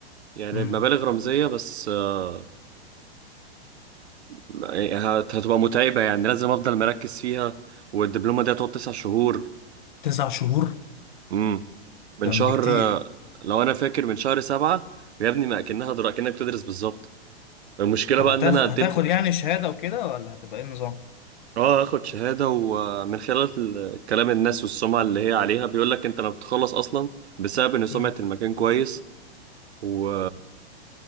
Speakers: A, on the right; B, on the left.
A: يعني
B: امم
A: بمبالغ رمزية بس آه، يعني هت- هتبقى متعبة يعني لازم افضل مركز فيها والدبلومة دي هتقعد تسع شهور
B: تسع شهور
A: امم من
B: ده
A: شهر
B: مش كتير
A: آه، لو انا فاكر من شهر سبعة يا ابني ما اكنها درا كأنك بتدرس بالظبط المشكلة
B: طب
A: بقى
B: هتاخد
A: ان انا قدمت
B: هتاخد يعني شهادة وكده ولا هتبقى ايه النظام؟
A: اه اخد شهادة ومن خلال ال- كلام الناس والسمعة اللي هي عليها بيقول لك انت لما بتخلص اصلا بسبب ان سمعة
B: امم
A: المكان كويس و...